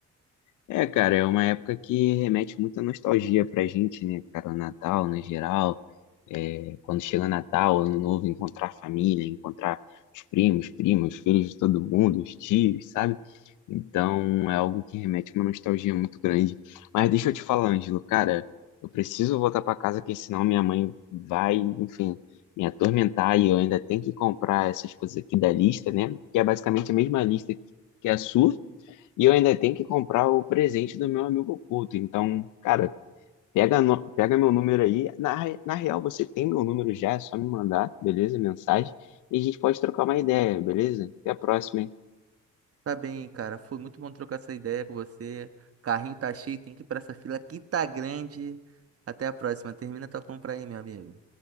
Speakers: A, on the left; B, on the right.
A: É, cara, é uma época que remete muita nostalgia pra gente, né, cara? O Natal, no geral, é, quando chega Natal, Ano Novo, encontrar a família, encontrar os primos, primas, filhos de todo mundo, os tios, sabe? Então, é algo que remete uma nostalgia muito grande. Mas deixa eu te falar, Ângelo, cara, eu preciso voltar pra casa, porque senão minha mãe vai, enfim, me atormentar e eu ainda tenho que comprar essas coisas aqui da lista, né? Que é basicamente a mesma lista que a sua. E eu ainda tenho que comprar o presente do meu amigo oculto. Então, cara, pega, no- pega meu número aí. Na, re- na real, você tem meu número já, é só me mandar, beleza? Mensagem. E a gente pode trocar uma ideia, beleza? Até a próxima, hein?
B: Tá bem, cara. Foi muito bom trocar essa ideia com você. Carrinho tá cheio, tem que ir pra essa fila que tá grande. Até a próxima. Termina tua compra aí, meu amigo.